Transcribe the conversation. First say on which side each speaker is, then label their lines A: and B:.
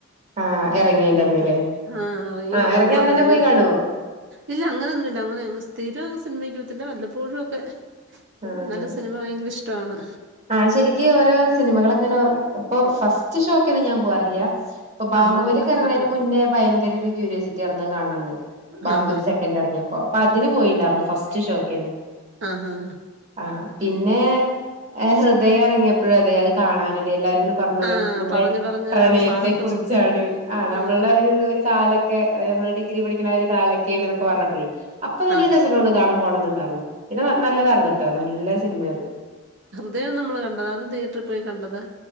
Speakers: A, on the right; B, on the right.
A: ആഹ് എറങ്ങിയന്റെന്ന്ല്ലേ
B: ഇനീപ്പ ആഹ്‌ അറയും
A: ആഹ് എറങ്ങിയ
B: നമ്മള്
A: അന്നന്നെ
B: മെനഞ്ഞ
A: പോയി കാണുവോ
B: ഇല്ല അങ്ങനൊന്നുംല്ല അങ്ങനെ അങ്ങ് സ്ഥിര സിനിമയ്ക്ക് പോവത്തില്ല വല്ലപ്പോഴുവൊക്കെ ഓഹ്
A: ആഹ്
B: നല്ല സിനിമ ഭയ ഇഷ്ടാണ്
A: ആഹ് ശരിക്ക് ഓരോ സിനിമകളക്കങ്ങനെ ഇപ്പൊ ഫസ്റ്റ് ഷോയ്ക്കൊന്നും ഞാൻ പോവാറില്ല ഇപ്പൊ ബാഹുബലിയൊക്കെറങ്ങണേന്
B: നമ്മളും അങ്ങനെ പോകത്തില്ല
A: മുന്നേ ഭയങ്കരൊരു ക്യൂരിയോസിറ്റി ആയിർന്ന് കാണണംന്ന് ബാഹുബലി
B: ആ ഹാ ഹാ
A: സെക്കന്റ് എറങ്ങിയപ്പോ അപ്പ അതിന് പോയിണ്ടായിരുന്നു ഫസ് റ്റ് ഷോയിക്കന്നെ
B: ആ ഹാ
A: ആഹ്‌ പിന്നെ ഏഹ് ഹൃദയം എറങ്ങിയപ്പഴും അതെ അത് കാണാനൊര് എല്ലാരും ഇങ്ങനെ പറഞ്ഞു
B: ആ
A: നമ്മുടെ
B: പറഞ്ഞ് പറഞ്ഞ്
A: പ്രണയത്തെ
B: ആ പാട്ടും
A: കുറിച്ചാണ് ആ നമ്മൾടെ
B: ആഹ്
A: ഒരു ഒരു കാലൊക്കെ അതായത് നമ്മള് ഡിഗ്രി പഠിക്കണ ഒരു കാലൊക്കെയാണ്ന്നൊക്കെ പറഞ്ഞപ്പഴേ അപ്പൊ തന്നെ
B: ആ
A: രസം തോന്ന് കാണാൻ പോണംന്നുണ്ടാറുന്നു പിന്നെ നല്ലതാറ്ന്നൂട്ടോ നൽ ല്ല സിനിമയാത്
B: അത് നമ്മള് കണ്ടതാ അത് തിയേറ്ററിൽ പോയി കണ്ടതാ